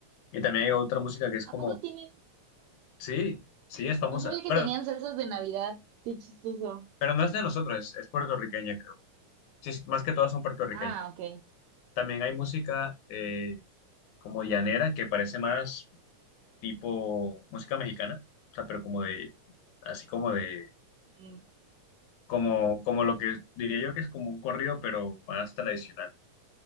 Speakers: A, on the left (about 85°); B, on the right (about 75°).
A: Y también hay otra música que es
B: ¿A
A: como,
B: poco tienen?
A: sí, sí, es famosa,
B: No sabía que
A: pero
B: tenían salsas de Navidad. Qué chistoso.
A: Pero no es de nosotros, es, es puertorriqueña, creo. Sí, es- más que todas son puertorriqueñas.
B: Ah, ok.
A: También hay música eh, como llanera, que parece más tipo música mexicana, o sea, pero como de, así como de,
B: Mm,
A: como, como lo que diría yo que es como un corrido, pero más tradicional.